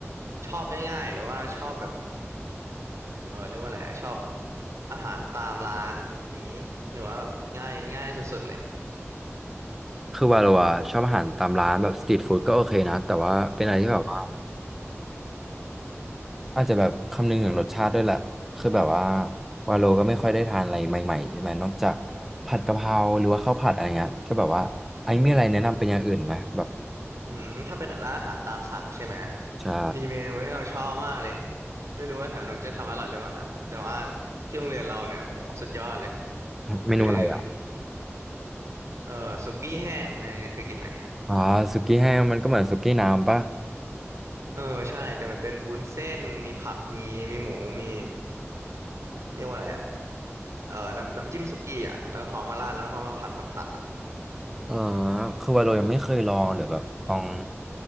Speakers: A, on the right (about 85°); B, in the centre.
A: ชอบง่ายๆหรือว่าชอบแบบเออเรียกว่าอะไรอะชอบอาหารตามร้านนี้หรือว่าแบบง่ายง่ายสุดๆเลย
B: คือวาโลอะชอบอาหารตามร้านแบบสตรีทฟู้ดก็โอเคนะแต่ว่าเป็นอะไรที่แบบว่า
A: อืม
B: อาจจะแบบคำนึงถึงรสชาติด้วยแหละคือแบบว่าวาโลก็ไม่ค่อยได้ทานอะไรใหม่ๆใช่ไหมนอกจากผัดกะเพราหรือว่าข้าวผัดอะไรเงี้ยก็แบบว่าไอ้มีอะไรแนะนำเป็นอย่างอื่นไหมแบบ
A: อืมถ้าเป็นร้านอาหารตามสั่งใช่ไหม
B: ใช่
A: มีเมนูที่เราชอบมากเลยไม่รู้ว่าแถวหนูจะทำอร่อยหรือเปล่านะแต่ว่าที่โรงเรียนเราเนี่ยโหสุดยอดเลย
B: เมนูอะไรอ่ะ
A: คือเออสุกี้แห้งนายเคยกินไหม
B: อ๋อสุกี้แห้งมันก็เหมือนสุกี้น้ำปะ
A: เออใช่แต่มันเป็นวุ้นเส้นมีผักมีมีหมูมี เรียกว่าอะไรอ่ะเออน้ำน้ำจิ้มสุกี้อ่ะ แล้วเขามาราดแล้วเขามาผัดผัดผัดอ่ะ
B: เออคือวาโลยังไม่เคยลองเดี๋ยวแบบลอง